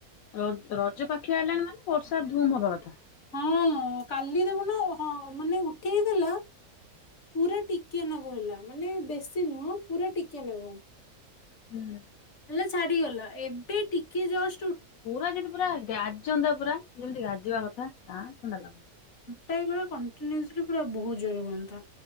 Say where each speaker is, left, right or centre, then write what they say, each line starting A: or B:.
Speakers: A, on the left (about 70°); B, on the left (about 50°).
A: ର ରଜ ପାଖି ଆଇଲାଣି ମାନେ ବର୍ଷା ଧୁମ୍ ହବା କଥା।
B: ହଁ କାଲି ଦେଖୁନୁ ହଁ ମାନେ ଠିକ ଦେଲା ପୁରା ଟିକିଆ ନାଗୁ ହେଲା। ମାନେ ବେଶୀ ନୁହଁ ପୁରା ଟିକିଆ ନାଗୁ
A: ହୁଁ
B: ହେଲେ ଛାଡି ଗଲା ଏବେ ଟିକେ ଜଷ୍ଟ୍
A: ପୁରା ଯଦି ପୁରା ଗ୍ୟା <unintelligible> ପୁରା ଯେମିତି ଗାଜିବା କ <unintelligible>
B: ଟାଇମ ହେଲା କଣ୍ଟିନିଓସ୍ଲି ପୁରା ବହୁତ ଜୋର ହୁଅନ୍ତା।